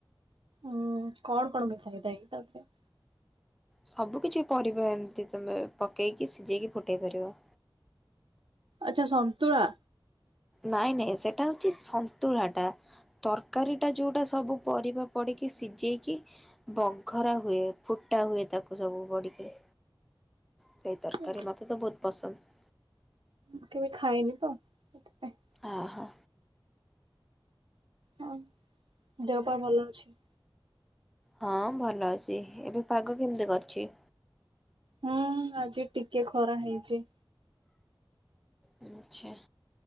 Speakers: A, on the right (about 75°); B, in the centre.
A: ଉଁ କଣ କଣ ମିଶାହେଇଥାଏ ତାଥିରେ?
B: ସବୁ କିଛି ପରିବା ଏମିତି ତମେ ପକେଇକି ସିଝେଇକି ଫୁଟେଇ ପାରିବ।
A: ଆଚ୍ଛା ସନ୍ତୁଳା।
B: ନାଇ, ନାଇ ସେଟା ହଉଛି ସନ୍ତୁଳା ଟା। ତରକାରୀଟା ଯୋଉଟା ସବୁ ପରିବା ପଡ଼ିକି ସିଝେଇକି ବଘରା ହୁଏ ଫୁଟା ହୁଏ ତାକୁ ସବୁ ବଡିକି ସେଇ ତରକାରୀ
A: ମୁଁ
B: ମତେ ତ ବହୁତ ପସନ୍ଦ।
A: <unintelligible> ଖାଇନି ତ ସେଥିପାଇଁ।
B: ଆହା।
A: ହଁ ଦେହପା ଭଲ ଅଛି।
B: ହଁ ଭଲ ଅଛି, ଏବେ ପାଗ କେମିତି କରିଛି?
A: ହୁଁ, ଆଜି ଟିକେ ଖରା ହେଇଛି।
B: ହଉ ଆଚ୍ଛା